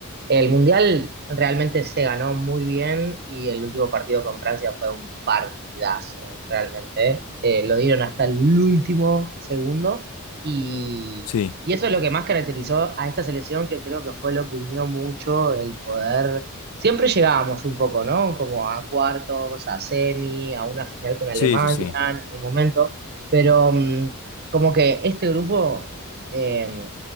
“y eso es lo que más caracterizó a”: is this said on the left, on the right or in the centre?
Right